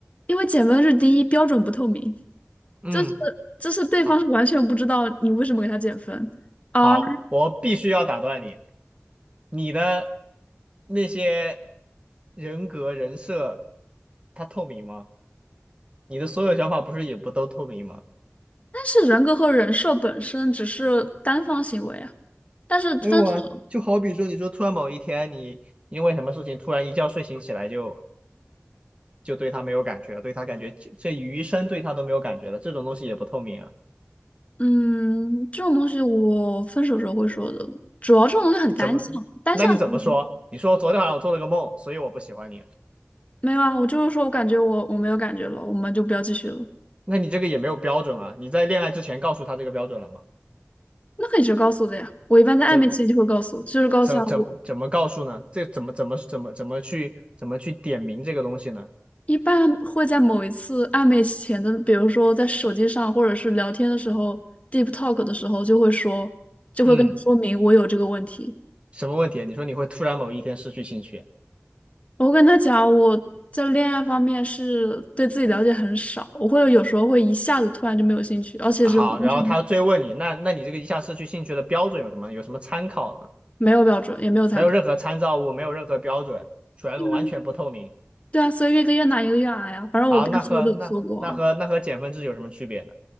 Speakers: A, on the left; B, on the right.
A: 因为减分是第一，标准不透明，
B: 嗯，
A: 就是就是对方是完全不知道你为什么给他减分，
B: 好，
A: 啊。
B: 好，我必须要打断你。你的那些人格人设，它透明吗？你的所有想法不是也不都透明吗？
A: 但是人格和人设本身只是单方行为啊，但是分手
B: 没有啊，就好比说，你说突然某一天你因为什么事情突然一觉睡醒起来就就对他没有感觉了，对他感觉这这余生对他都没有感觉了，这种东西也不透明啊。
A: 嗯，这种东西我分手时候会说的，主要这种东西很单向，
B: 怎么？
A: 单向行为
B: 那你怎么说？你说昨天晚上我做了个梦，所以我不喜欢你。
A: 没有啊，我就是说我感觉我我没有感觉了，我们就不要继续了，
B: 那你这个也没有标准啊。你在恋爱之前告诉他这个标准了吗？
A: 那可以直接告诉的呀，我一般在暧昧期间就会告诉，
B: 怎
A: 就是告诉他我
B: 怎怎么怎么告诉呢？这怎么怎么怎么怎么去怎么去点明这个东西呢？
A: 一般会在某一次暧昧前的，比如说在手机上或者是聊天的时候，deep talk 的时候，就会说，就会跟他说明我有这个问题。
B: 嗯，什么问题啊？你说你会突然某一天失去兴趣？
A: 我会跟他讲我在恋爱方面是对自己了解很少，我会有时候会一下子突然就没有兴趣，而且是我完全
B: 啊好，然后他追问你，那那你这个一下失去兴趣的标准有什么？有什么参考呢？
A: 没有标准，也没有参考。
B: 没有任何参照物，没有任何标准，全完全不透明。
A: 对啊，对啊，所以越跟越难，一个越矮呀。反正我该说的也有说过啊
B: 好，那和那那和那和减分制有什么区别呢？